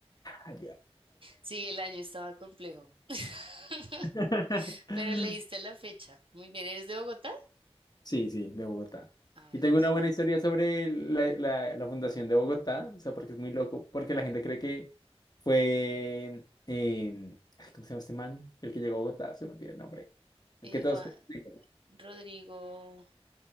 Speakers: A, on the left (about 40°); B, on the right (about 55°).
A: ay,
B: Sí, el año estaba complejo. <laughs>
A: <laughs>
B: Pero leíste la fecha. Muy bien, ¿eres de Bogotá?
A: Sí, sí, de Bogotá.
B: Ah, bueno,
A: Y tengo una
B: sí.
A: buena historia sobre la, la- la fundación de Bogotá, o sea, porque es muy loco, porque la gente cree que fue, eh, ay, ¿cómo se llama este man? El que llegó a Bogotá, se me olvidó el nombre. El
B: Eh,
A: que todos
B: Juan
A: creen.
B: Rodrigo